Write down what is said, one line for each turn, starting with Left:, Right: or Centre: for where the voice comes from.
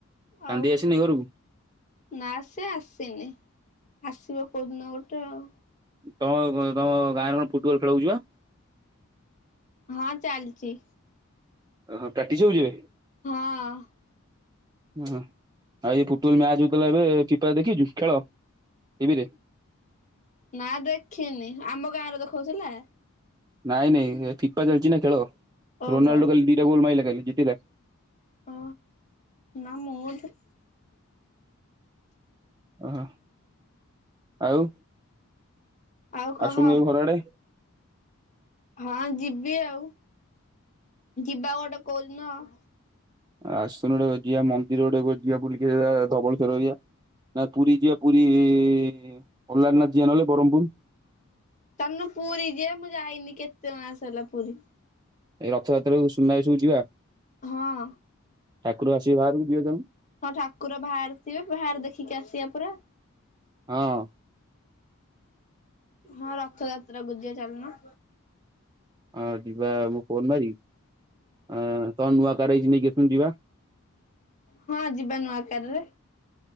Right: କାନ୍ଦି
Left: ଆଉ।
Right: ଆସିନି ଘରକୁ?
Left: ନା ସେ ଆସିନି ଆସିବ କୋଉଦିନ ଗୋଟେ ଆଉ।
Right: ତମ ତମ ଗାଁ ରେ କଣ ଫୁଟବଲ ଖେଳ ହଉଛି ବା।
Left: ହଁ ଚାଲିଛି।
Right: ଓହଁ ପ୍ରାକ୍ଟିସ ହଉଛି ଏବେ।
Left: ହଁ।
Right: ଓହ ଆଉ ଏ ଫୁଟବଲ ମ୍ୟାଚ ହୋଉଥିଲା ଏବେ ଫିଫା ଦେଖିଛୁ ଖେଳ। ଟିଭିରେ।
Left: ନା ଦେଖିନି ଆମ ଗାଁରେ ଦେଖଉଥିଲା।
Right: ନାଇଁ ନାଇଁ ଫିଫା ଚାଲିଛି ନା ଖେଳ
Left: ଓହୋ
Right: ରୋନାଲ୍ଡୋ କାଲି ଦିଟା ଗୋଲ ମାଇଲା କାଲି ଜିତିଲା।
Left: ଓ ନା ମୁଦ
Right: ଓହୋ ଆଉ।
Left: ଆଉ କହ
Right: ଆସୁନୁ କେବେ ଘର ଆଡେ?
Left: ହଁ ଯିବି ଆଉ ଯିବା ଗୋଟେ କହୁଦିନ ଆଉ।
Right: ଆସୁନ ଗୋଟେ ଜିଆ ମନ୍ଦିର ଗୋଟେ ଜିଆ ବୁଲିକି ଧବଳେଶ୍ୱର ଘରୀଆ। ନା ପୁରୀ ଯିବା ପୁରୀ ଅଲାରନାଥ ଯିବା ନହଲେ ବ୍ରହ୍ମପୁର।
Left: ଚାଲୁନୁ ପୁରୀ ଯିବା ମୁଁ ଯାଇନି କେତେ ମାସ ହେଲା ପୁରୀ।
Right: ଏଇ ରଥଯାତ୍ରାକୁ ସୁନା ବେଶ କୁ ଯିବା।
Left: ହଁ।
Right: ଠାକୁର ଆସିବେ ବାହାରକୁ ଯିବେ ଚାଲୁନୁ।
Left: ହଁ ଠାକୁର ବାହାରକୁ ଯିବେ ବାହାର ଦେଖିକି ଆସିବା ପରା।
Right: ହଁ।
Left: ହଁ ରଥଯାତ୍ରାକୁୁ ଯିବା ଚାଲୁନ।
Right: ହଁ ଯିବା ମୁଁ ଫୋନ୍ ମାରି ହଁ ତମ ନୂଆ କାର ହେଇଚି ନେଇକି ଆସନୁ ଯିବା।
Left: ହଁ ଯିବା ନୂଆ କାରରେ